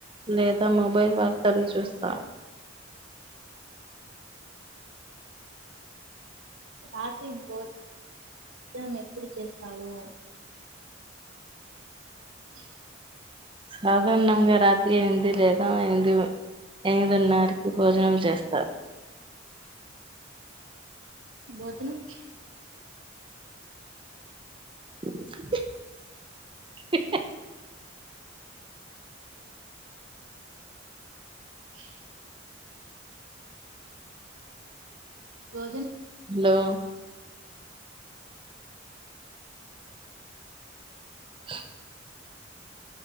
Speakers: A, on the right; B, on the right.
A: లేద మొబైల్ వార్తలు చూస్. స
B: రాత్రి భో జనం ఎప్పుడు చేస్తావు. ఆ
A: సాధార్ణంగా రాత్రి ఎనిమిది లేదా ఎనిమ్ది ఎనిమిదున్నర్కి భోజనం చేస్తా.
B: బోజ్ <unintelligible>
A: స
B: ఆ బో
A: హలో ఆ